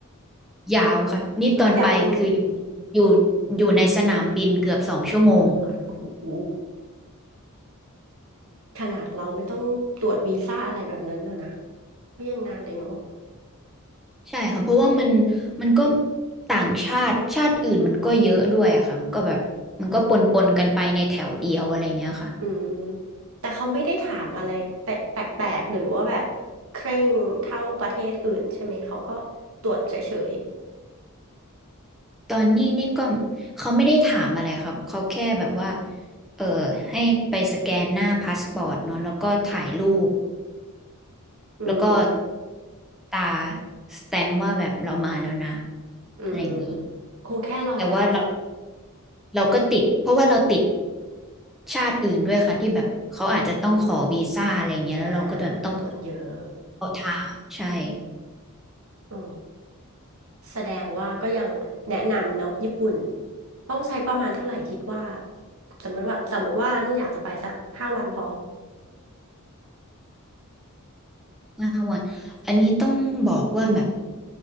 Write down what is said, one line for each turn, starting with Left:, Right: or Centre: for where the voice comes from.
Centre: ยาวค่ะนี่ตอนไปคืออยู่
Right: ก็ยาวอยู่ <laughs>
Centre: อยู่อยู่ในสนามบินเกือบสองชั่วโมงค่ะ
Right: โอ้โหขนาดเราไม่ต้องตรวจวีซ่าอะไรแบบนั้นนะนะก็ยังนานเลยเนอะ
Centre: ใช่ค่ะเพราะว่ามันมันก็ต่างชาติชาติอื่นมันก็เยอะด้วยอะค่ะมันก็แบบมันก็ปนปนกันไปในแถวเดียวอะไรเงี้ยค่ะ
Right: อืมแต่เขาไม่ได้ถามอะไรแปลกๆหรือว่าแบบเคร่งเท่าประเทศอื่นใช่ไหมเขาก็ตรวจเฉย
Centre: ตอนนี้นี่ก็เขาไม่ได้ถามอะไรครับเขาแค่แบบว่าเออให้ไปสแกนหน้าพาสปอร์ตเนาะแล้วก็ถ่ายรูป
Right: ๆอืม
Centre: แล้วก็ตาสแตมป์ว่าแบบเรามาแล้วนะ
Right: อืม
Centre: อะไรอย่างนี้
Right: คงแค่รอนานใช่ไหม
Centre: แต่ว่าเราเราก็ติดเพราะว่าเราติดชาติอื่นด้วยค่ะที่แบบเขาอาจจะต้องขอวีซ่าอะไรอย่างเงี้ยแล้วเราก็จต้อง
Right: อ่าก็ตรวจเยอะ
Centre: เขาถามใช่
Right: อืม แสดงว่าก็ยังแนะนำเนาะญี่ปุ่นต้องใช้ประมาณเท่าไหร่คิดว่าสมมติว่าสมมติว่านุ่นอยากจะไปสักห้าวันพอ
Centre: ห้าวันอันนี้ต้องบอกว่าแบบ